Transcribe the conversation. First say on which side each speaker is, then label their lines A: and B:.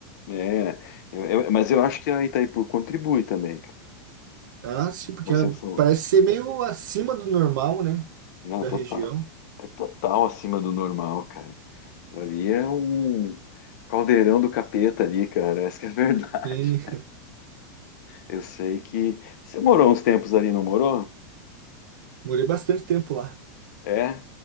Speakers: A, on the left (about 60°); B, on the right (about 70°).
A: É, eu- eu- mas eu acho que a Itaipu contribui também, cara.
B: Ah, sim, porque
A: Você
B: ah,
A: falou,
B: parece ser meio acima do normal, né?
A: não,
B: Da
A: total,
B: região.
A: é total acima do normal, cara. Ali é um caldeirão do capeta ali, cara. <laughs> Essa que é a verdade.
B: Sim. <laughs>
A: Eu sei que você morou uns tempos ali, não morou?
B: Morei bastante tempo lá.
A: É?